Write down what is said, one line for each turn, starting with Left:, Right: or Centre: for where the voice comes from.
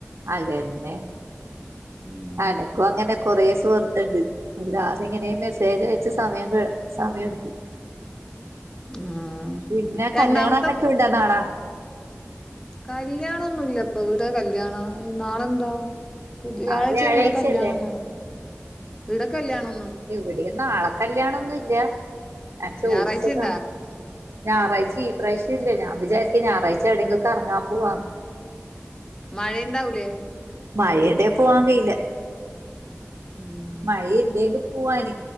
Right: അതന്നെ
Left: ഉം
Right: അനക്കും അങ്ങനെ കൊറേ സുഹൃത്തുണ്ട് എല്ലാരും ഇങ്ങനെ മെസ്സേജയച്ച് സമയം സമയം എടുക്കും.
Left: അഹ് ആ
Right: പിന്നെ
Left: രണ്ടാമത്തെ
Right: കല്യാണം മറ്റുണ്ടോ നാളെ
Left: കല്യാണൊന്നുല്ല ഇപ്പൊ ഇവിടെ കല്യാണാ നാളെന്താ? ബുതിയഴ്ച
Right: നാളെ വ്യാഴാഴ്ചയല്ലേ
Left: ഒന്ന് ഇടടെ കല്യാണന്നോ ഇടക്കല്യാണോ
Right: ഇവിടെന്ന് നാളെ കല്യാണൊന്നും ല്ല്യാ ഞാൻ ചോദിച്ചതാ
Left: ഞായറാഴ്ച ഇണ്ടാ
Right: ഞായറാഴ്ച ഈ പ്രവ്ശ്യംല്ലേ ഞാൻ വിചാരിക്ക ഞായറാഴ്ച എവിടെെങ്കിലും കറങ്ങാൻ പോവാന്ന്.
Left: മഴയണ്ടാവൂലേ?
Right: മഴയുണ്ടേ പോവാൻ കയില്ല.
Left: ഉം
Right: മഴയില്ലെ? പോവാന്